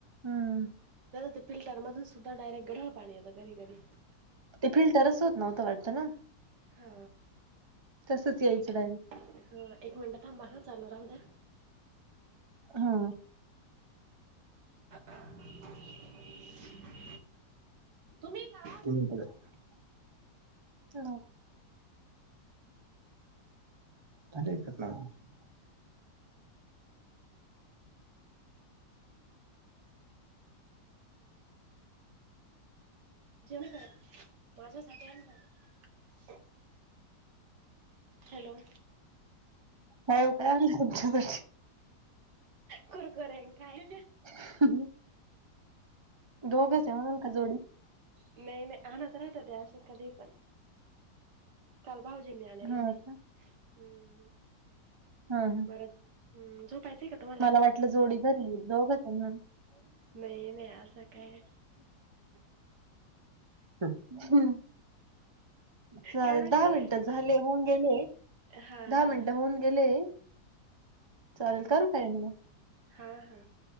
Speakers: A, on the right; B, on the right.
A: हम्म.
B: नाही, ते फिल्टर मधून सुद्धा डायरेक्ट गढळ पाणी येत कधी कधी
A: ते फिल्टरच होत नव्हतं वाटतं ना.
B: हा
A: तसंच यायचं
B: एक
A: डायरेक्ट.
B: ह एक मिनट थांबा हा, चालू राहू द्या.
A: हा.
B: <unintelligible> तुम्ही का?
A: <unintelligible> हा. <unintelligible>
B: जेवण करायं माझ्यासाठी आणला का? हॅलो!
A: काय ओ काय आणू तुमच्यासाठी?
B: कुरकुरे काय?
A: <unintelligible> दोघचयं म्हणून का जोडी
B: नाही नाही, आणत राहत त्या असही कधी पण. काल भाऊजींनी आणले
A: हं
B: होते
A: का?
B: हम्म.
A: हा हा.
B: परत हम्म, झोपायच का? तुम्हाला
A: मला
B: आता?
A: वाटल, जोडी घरीय दोघचयं म्हणून
B: नाही नाही असं काय
A: <unintelligible> <unintelligible> ह चालेल
B: काय म्हटले?
A: दहा मिनटात झाले होऊन गेले,
B: हां
A: दहा
B: हां.
A: मिनट होऊन गेले चालेल करू काय म्हणू?
B: हा हा,